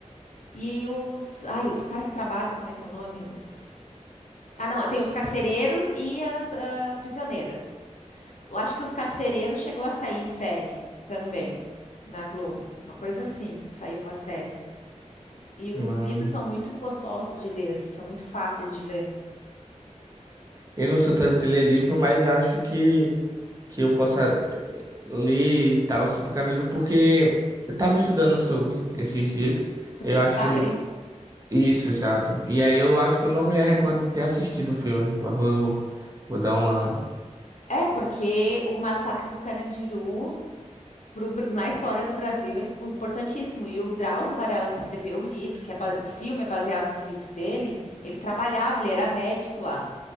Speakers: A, on the left; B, on the right.
A: E os. Ai, os caras que trabalham, como é que é o nome? Os. Ah, não, tem os carcereiros e as ah, prisioneiras. Eu acho que os carcereiros chegou a sair série também na Globo. Uma coisa assim, saiu uma série. E os
B: Hum,
A: livros são muito gostosos de ler, assim, são muito fáceis de ler.
B: eu não sou tanto de ler livro, mas acho que que eu possa t- ler e tal sobre o Carandiru, porque eu tava estudando sobre esses dias.
A: Sobre
B: Eu
A: o massacre?
B: acho isso, exato. E aí eu acho que eu não me recordo de ter assistido o filme. Eu vou, vou dar uma.
A: É, porque o massacre do Carandiru. pro Br- na história do Brasil é importantíssimo. E o Drauzio Varela, que escreveu o livro, que é ba- o filme é baseado no livro dele, ele trabalhava, ele era médico lá.